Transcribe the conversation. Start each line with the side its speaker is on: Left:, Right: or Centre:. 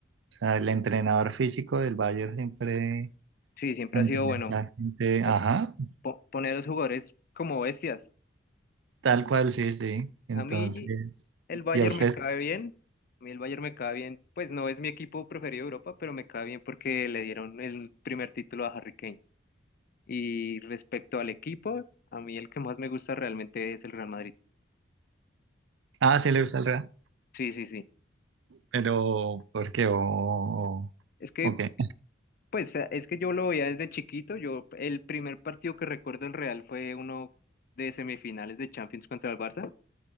Right: o sea, el entrenador físico del Bayern siempre
Left: Sí, siempre
Right: mantiene
Left: ha sido bueno
Right: a esa gente,
Left: po-
Right: ajá,
Left: po- poner a los jugadores como bestias.
Right: tal cual, sí, sí. Entonces,
Left: A mí El Bayern
Right: ¿y a usted?
Left: me cae bien. A mí el Bayern me cae bien. Pues no es mi equipo preferido de Europa, pero me cae bien porque le dieron el primer título a Harry Kane. Y respecto al equipo, a mí el que más me gusta realmente es el Real Madrid.
Right: Ah, sí le gusta el Real,
Left: Sí, sí, sí.
Right: pero ¿por qué? O, o-
Left: Es que,
Right: o qué?
Left: pues, eh, es que yo lo veía desde chiquito. Yo, el primer partido que recuerdo del Real fue uno de semifinales de Champions contra el Barça.